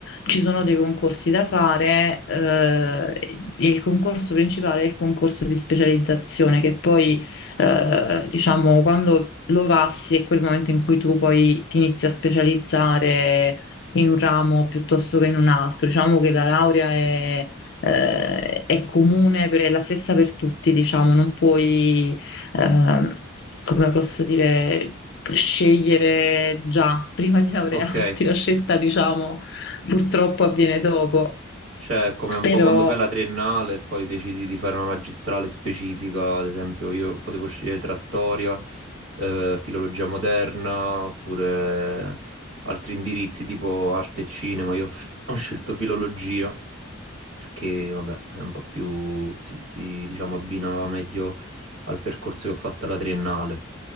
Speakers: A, on the left; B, on the right.
A: ci sono dei concorsi da fare, eh, e il concorso principale è il concorso di specializzazione, che poi, eh, diciamo, quando lo passi è quel momento in cui tu poi ti inizi a specializzare in un ramo piuttosto che in un altro. Diciamo che la laurea è eh, è comune, per- è la stessa per tutti, diciamo, non puoi, ehm, come posso dire, scegliere già prima di laurearti,
B: Ok,
A: la scelta, diciamo, purtroppo avviene dopo.
B: Cioè, è come un
A: Però,
B: po' quando fai la triennale e poi decidi di fare una magistrale specifica, ad esempio io potevo scegliere tra storia, eh, filologia moderna, oppure altri indirizzi tipo arte e cinema, io ho sc- ho scelto filologia, che vabbè è un po' più, si, si, diciamo, abbinava meglio al percorso che ho fatto alla triennale,